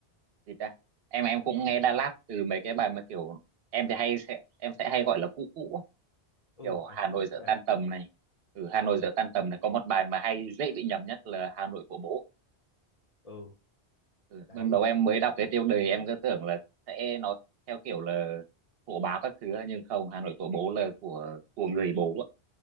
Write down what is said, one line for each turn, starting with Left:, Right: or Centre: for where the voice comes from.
Right: gì ta em em cũng nghe Đà Lạt từ mấy cái bài mà kiểu em thì hay sẽ em sẽ hay gọi là cũ cũ á.
Left: ừ
Right: kiểu
Left: bài
Right: Hà
Left: cũ
Right: Nội
Left: ấy
Right: giữa
Left: đấy
Right: tan tầm này ừ, Hà
Left: ừ
Right: Nội giữa tan tầm này có một bài mà hay dễ bị nhầm nhất là Hà Nội của bố
Left: ừ
Right: ừ,
Left: đấy
Right: ban đầu em mới đọc cái tiêu đề em cứ tưởng là sẽ nó theo kiểu là hộ báo các thứ á, nhưng không Hà Nội của bố là của của người bố á.